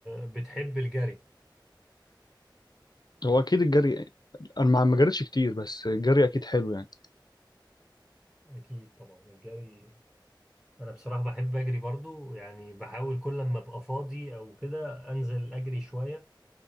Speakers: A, in the centre; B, on the left.
A: بتحب الجري
B: هو أكيد الجري أنا ما ما جريتش كتير بس الجري أكيد حلو يعني
A: اكيد طبعا الجري انا بصراحة بحب اجري برضو يعني بحاول كل لما ابقى فاضي او كده انزل اجري شوية